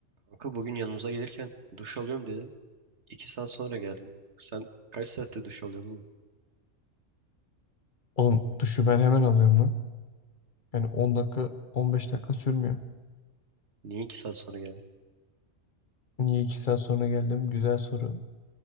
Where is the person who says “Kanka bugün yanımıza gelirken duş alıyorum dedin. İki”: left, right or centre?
Right